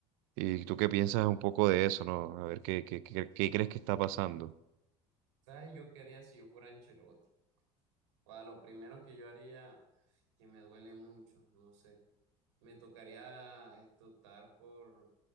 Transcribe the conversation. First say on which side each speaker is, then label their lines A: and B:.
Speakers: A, on the right; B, on the right.
A: ¿Y tú qué piensas un poco de eso, ¿no? A ver qué, qué, qué, qué crees que está pasando.
B: ¿Sabes? Yo qué haría si yo fuera Ancelotti. O a lo primero que yo haría, que me duele mucho, no sé, me tocaría esto, optar por